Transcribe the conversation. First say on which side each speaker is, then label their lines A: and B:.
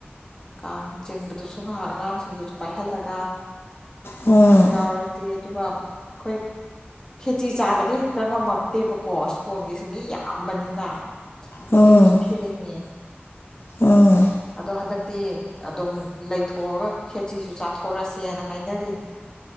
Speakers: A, on the left; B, on the left.
A: ꯀꯥꯡ ꯆꯤꯡꯕꯗꯨꯁꯨ ꯉꯥꯏꯍꯥꯛ ꯑꯉꯥꯡꯁꯤꯡꯗꯨꯁꯨ ꯄꯥꯏꯍꯜꯂꯒ
B: ꯎꯝ
A: ꯉꯥꯏꯍꯥꯛ ꯌꯥꯎꯔꯁꯤ ꯑꯗꯨꯒ ꯑꯩꯣꯏ ꯈꯦꯇꯤ ꯆꯥꯕꯗꯤ ꯍꯦꯛꯇ ꯉꯝꯃꯛꯇꯦꯕꯀꯣ ꯏꯁ꯭ꯀꯣꯟꯒꯤꯁꯨ ꯃꯤ ꯌꯥꯝꯕꯅꯤꯅ
B: ꯎꯝ
A: ꯊꯦꯡꯁꯨ ꯊꯦꯡꯦ
B: ꯎꯝ
A: ꯑꯗꯣ ꯍꯟꯗꯛꯇꯤ ꯑꯗꯨꯝ ꯂꯩꯊꯣꯛꯑꯒ ꯈꯦꯆꯤꯁꯨ ꯆꯥꯊꯣꯔꯁꯦꯅ ꯍꯥꯏꯅꯔꯤꯅꯤ